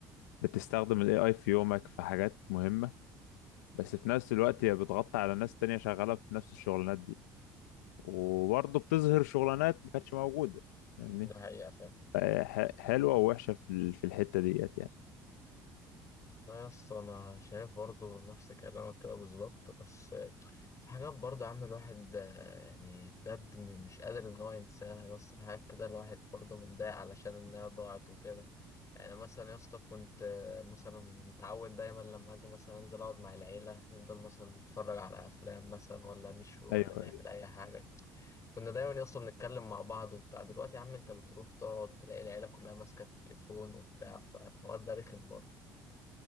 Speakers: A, on the left; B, on the left.
A: بتستخدم ال AI في يومك في حاجات مهمه بس في نفس الوقت هي بتغطي على ناس تانية شغاله في نفس الشغلانات دي وبرضه بتظهر شغلانات ما كانتش موجوده فاهمني
B: ده حقيقة فعلا
A: فهي ح- حلوه ووحشه في ال- في الحته ديت يعني
B: لا يا اسطى انا شايف برضو نفس كلامك كده بالظبط بس في حاجات برضو يا عم الواحد آه، يعني بجد م- مش قادر ان هو ينساها يا اسطى في حاجات كده الواحد برضو متضايق علشان انها ضاعت وكده يعني مثلا يا اسطى كنت آه، مثلا متعود دايما لما اجي مثلا انزل اقعد مع العيله نفضل مثلا نتفرج على افلام مثلا ولا نشوي ولا
A: ايوه
B: نعمل اي حاجه كنا دايما يا اسطى بنتكلم مع بعض وبتاع دلوقتي يا عم انت بتروح تقعد تلاقي العيله كلها ماسكه التليفون وبتاع فالحوار ده رخم برضه